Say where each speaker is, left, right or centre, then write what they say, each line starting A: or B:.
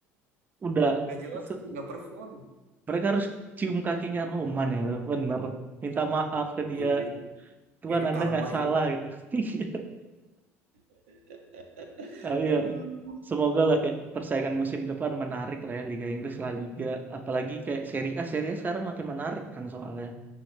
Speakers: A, on the right; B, on the right.
A: udah
B: nggak jelas,
A: se-
B: nggak perform.
A: mereka harus cium kakinya Roman ya bener minta maaf ke dia
B: Iya kayaknya
A: Tuhan
B: kayaknya
A: Anda
B: karma
A: nggak salah
B: itu.
A: gitu <laughs>
B: <laughs>
A: Oh, iya
B: Aduh.
A: semoga lah kayak persaingan musim depan menarik lah ya Liga Inggris La Liga apalagi kayak Serie A Serie A sekarang makin menarik kan soalnya